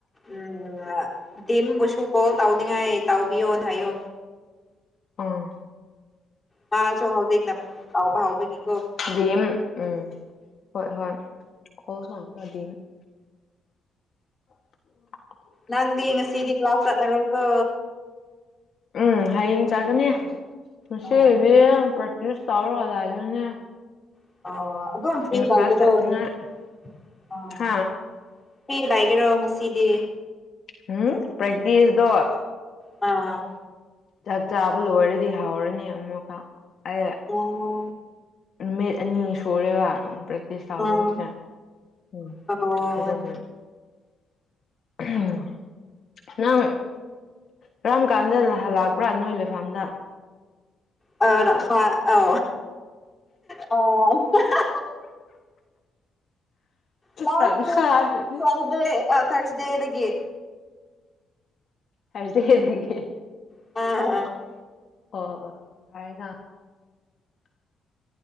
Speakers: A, on the left; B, on the left.
A: ꯎꯝ ꯗꯤꯝꯕꯨꯁꯨ ꯀꯣꯜ ꯇꯧꯅꯤꯡꯉꯥꯏ ꯇꯥꯎꯕꯤꯌꯣꯅ ꯍꯥꯏꯌꯨ
B: ꯑꯥ
A: ꯃꯥꯁꯨ ꯍꯧꯖꯤꯛꯅ ꯇꯧꯕ ꯍꯧꯕꯒꯤ
B: ꯗꯤꯑꯦꯝ ꯎꯝ ꯍ‌ꯣ ꯍꯣꯏ <unintelligible> <inaudible>
A: ꯅꯪꯗꯤ ꯉꯁꯤꯗꯤ ꯀ꯭ꯂꯥꯁ ꯆꯠꯂꯔꯣꯏꯀꯣ
B: ꯎꯝ ꯍꯌꯦꯡ ꯆꯥꯒꯅꯤ ꯉꯁꯤꯗꯤ
A: ꯑꯣ
B: ꯄ꯭ꯔꯦꯛꯇꯤꯁ ꯇꯧꯔꯒ ꯂꯩꯒꯅꯤ
A: ꯑ ꯑꯗꯨꯝ
B: ꯀ꯭ꯂꯥꯁ ꯆꯠꯅꯤꯡꯉꯥꯏ
A: <unintelligible> ꯑ
B: ꯍꯥ
A: ꯀꯔꯤ ꯂꯩꯒꯦꯔꯣ ꯉꯁꯤꯗꯤ
B: ꯎꯝ ꯄ꯭ꯔꯦꯛꯇꯤꯁꯗꯣ
A: ꯑꯥ
B: ꯆꯥꯛ ꯆꯥꯕ ꯂꯣꯏꯔꯗꯤ ꯍꯧꯔꯅꯤ ꯑꯃꯨꯛꯀ ꯑꯩ
A: ꯑꯣ
B: ꯅꯨꯃꯤꯠ ꯑꯅꯤ ꯁꯨꯔꯦꯕ ꯄ꯭ꯔꯦꯛꯇꯤꯁ ꯇꯧꯗꯕꯁꯦ
A: ꯑꯣ
B: ꯎꯝ
A: ꯑꯣ
B: ꯀꯩꯅ‌ꯣꯒꯤ ꯎꯝ ꯅꯪ ꯀꯔꯝ ꯀꯥꯟꯗ ꯍꯜꯂꯛꯄ꯭ꯔꯥ ꯅꯣꯏ ꯂꯩꯐꯝꯗ
A: ꯑ ꯍ ꯑ ꯑꯥꯎ <unintelligible> ꯀ꯭ꯂꯥꯁ
B: ꯇꯪꯈꯥꯏꯗꯅꯤ
A: ꯁꯨ ꯇꯧꯗꯦ ꯑ ꯊꯥ꯭ꯔꯁꯗꯦꯗꯒꯤ
B: ꯊ꯭ꯔꯁꯗ‌ꯦꯗꯒꯤ
A: <unintelligible>
B: ꯑꯣ ꯑꯣ ꯐꯔꯦꯅ